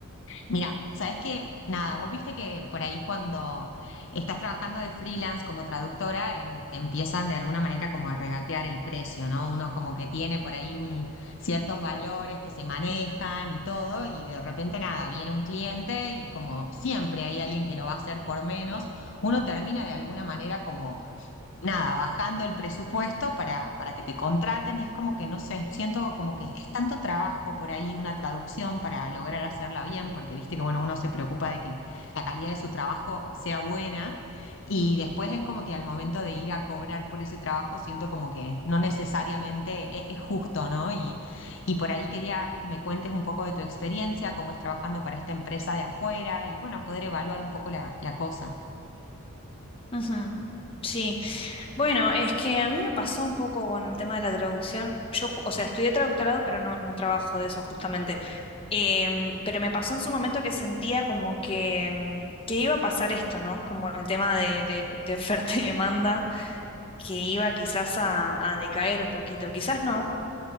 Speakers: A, on the left; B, on the left.
A: Mira, sabes que nada, vos viste que por ahí cuando estás trabajando de freelance como traductora, em- te empiezan de alguna manera como a regatear el precio, ¿no? Uno como que tiene por ahí un, ciertos valores que se manejan y todo, y de repente nada, viene un cliente y como siempre hay alguien que lo va a hacer por menos, uno termina de alguna manera como nada, bajando el presupuesto para, para que te contraten y es como que, no sé, siento como que es tanto trabajo por ahí una traducción para lograr hacerla bien, porque viste que, bueno, uno se preocupa de que la calidad de su trabajo sea buena y después es como que al momento de ir a cobrar por ese trabajo siento como que no necesariamente es, es justo, ¿no? Y, y por ahí quería que me cuentes un poco de tu experiencia, cómo es trabajando para esta empresa de afuera y, bueno, poder evaluar un poco la, la cosa.
B: Ujú. Sí, bueno, es que a mí me pasó un poco con el tema de la traducción. Yo, ju- o sea, estudié traductorado, pero no, no trabajo de eso justamente. Em, pero me pasó en su momento que sentía como que, em, que iba a pasar esto, ¿no? Como el tema de, de- de oferta y demanda, que iba quizás a, a decaer un poquito. Quizás no,